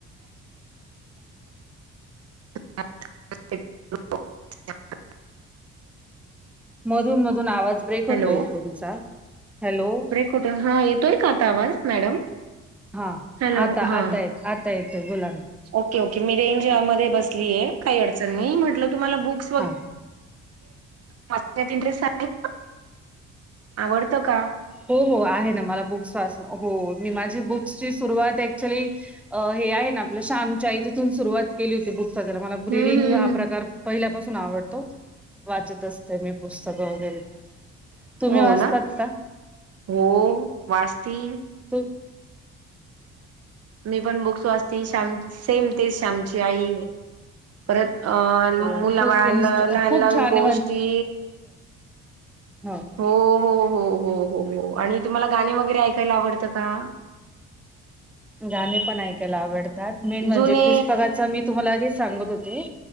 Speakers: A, on the right (about 55°); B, in the centre.
A: ह <unintelligible>
B: मधून, मधून आवाज ब्रेक
A: हॅलो
B: होतोय तुमचा, हॅलो.
A: कुठ येतोय का आता आवाज मॅडम?
B: हा
A: हॅलो
B: आता, आता
A: हा
B: येत आता येतोय बुलाना.
A: ओके, ओके मी रेंज मध्ये बसली आहे काही अडचण नाही म्हटलं तुम्हाला बुक्स वगैर
B: हा
A: मात इंटरेस्ट आहे का? आवडत का?
B: हो हो आहे ना मला बुक्स वाच हो मी माझी बुक्सची सुरुवात ऍक्च्युली अ हे ना आपलं श्यामची आई तिथून सुरुवात केली होती बुक वाचायला मला
A: हम्म
B: रिडिंग
A: हम्म
B: हा
A: हम्म
B: प्रकार पहिल्यापासून आवडतो वाचत असते मी पुस्तक वगैरे. तुम्ही
A: हो
B: वाचतात
A: ना
B: का?
A: हो वाचती.
B: ते <unintelligible>
A: मी पण बुक वाचती श्याम सेम तेच श्यामची आई. परत अ
B: हो
A: मुलाबाळांना
B: खूप इन्स्ट
A: लहान,
B: खूप
A: लहान
B: छान आहे
A: गोष्टी
B: हम्म.
A: हो हो हो हो हो हो आणि तुम्हाला गाणी वगैरे ऐकायला आवडतं का?
B: गाणे पण ऐकायला आवडतात मेन म्हणजे
A: जुने
B: पुस्तकाच मी तुम्हाला हे सांगत होते.